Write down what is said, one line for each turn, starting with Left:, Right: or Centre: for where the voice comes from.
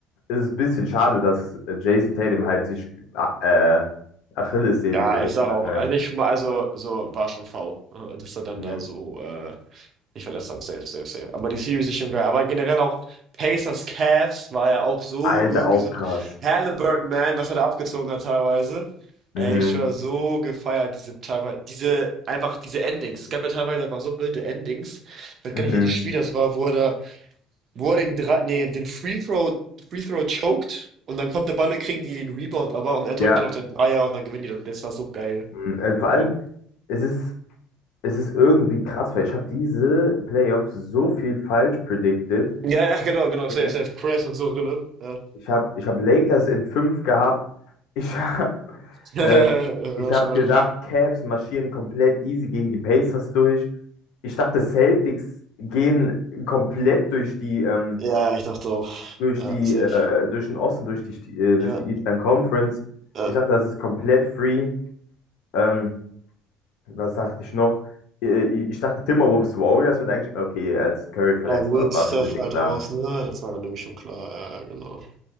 Left: ist es ein bisschen schade, dass äh, Jason Tatum halt sich ah, äh, Achillessehne
Right: Ja,
Left: gerissen
Right: ich sage
Left: hat.
Right: auch.
Left: Ne?
Right: Also ich also so war schon V, äh, dass er dann
Left: Mhm.
Right: da so äh, Ich verlässt dann safe, safe, safe. Aber die Series ist schon geil. Aber generell auch Pacers Cavs war ja auch so
Left: Alter,
Right: irgendwie
Left: auch
Right: so ein
Left: krass.
Right: Halliburton Man, was er da abgezogen hat teilweise. Ey,
Left: Mhm.
Right: ich war so gefeiert, diese teilweise, diese, einfach diese Endings. Es gab ja teilweise einfach so wilde Endings. Ich weiß
Left: Mhm.
Right: gar nicht, welches Spiel das war, wo er da, wo er den drei, nee, den Free Throw, Free Throw choked und dann kommt der Ball, und kriegen die den Rebound aber und er drückt
Left: Ja,
Right: dann noch den Dreier und dann gewinnen die. das. Das war so geil.
Left: mhm. Äh, vor allem,
Right: Ähm,
Left: es ist, es ist irgendwie krass, weil ich habe diese Playoffs so viel falsch predicted.
Right: ja, ja, genau, genau,
Left: Ich,
Right: safe, safe. Chris und so Rille. Ja.
Left: ich habe ich hab Lakers in 5 gehabt. Ich habe
Right: <laughs>
Left: äh,
Right: Ja,
Left: Ich habe
Right: Schade.
Left: gesagt, Cavs marschieren komplett easy gegen die Pacers durch. Ich dachte, Celtics gehen komplett durch die, ähm,
Right: Ja, ich dachte auch.
Left: durch
Right: Ja,
Left: die,
Right: safe.
Left: äh, durch den Osten, durch die, äh, durch
Right: Ja,
Left: die Eastern Conference.
Right: ja.
Left: Ich dachte, das ist komplett free. Ähm, was dachte ich noch? Äh, Ich dachte, Timberwolves Warriors wird eigentlich, okay, als Curry verletzt
Right: Ja, gut,
Left: war, war
Right: Steph
Left: schon ein bisschen
Right: halt
Left: klar.
Right: raus, ne? Das war dann nämlich schon klar. Ja, ja, genau.